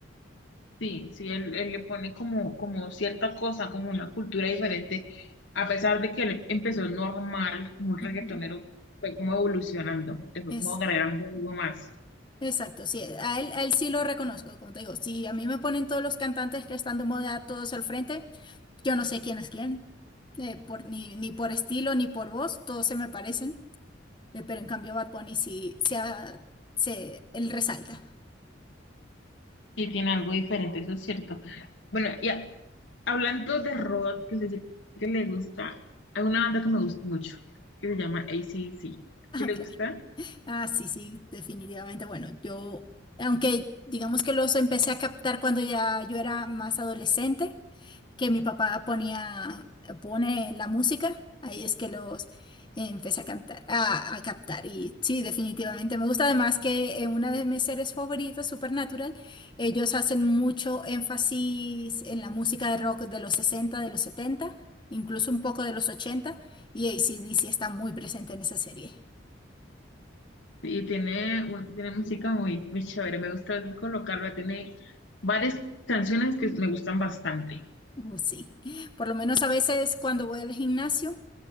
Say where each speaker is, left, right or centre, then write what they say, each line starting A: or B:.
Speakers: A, on the left (about 70°); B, on the left (about 25°).
A: Sí, sí, él, él le pone como, como cierta cosa, como una cultura diferente, a pesar de que él empezó normal, como un reggaetonero,
B: Ujú.
A: fue como evolucionando, le fue
B: Es,
A: como agregando algo más.
B: Exacto, sí, a él, a él sí lo reconozco, como te digo, si a mí me ponen todos los cantantes que están de moda todos al frente, yo no sé quién es quién, eh, por, ni, ni por estilo ni por voz, todos se me parecen, eh, pero en cambio Bad Bunny sí, sí, ah, se, él resalta. <laughs>
A: Sí, tiene algo diferente, eso es cierto. Bueno, y a- hablando de rock, que sé que le gusta, hay una banda que me gusta mucho, que se llama ACDC. ¿Sí
B: Ah,
A: le
B: claro.
A: gusta?
B: Ah, sí, sí, definitivamente. Bueno, yo, aunque digamos que los empecé a captar cuando ya yo era más adolescente, que mi papá ponía, pone la música, ahí es que los empecé a cantar, a, a captar. Y sí, definitivamente me gusta. Además que en una de mis series favoritas, Supernatural, ellos hacen mucho énfasis en la música de rock de los 60, de los 70, incluso un poco de los 80, y AC/DC está muy presente en esa serie.
A: Y tiene, un- tiene música muy, muy chévere, me gusta colocarla, tiene varias canciones que me gustan bastante.
B: Oh, sí, por lo menos a veces cuando voy al gimnasio,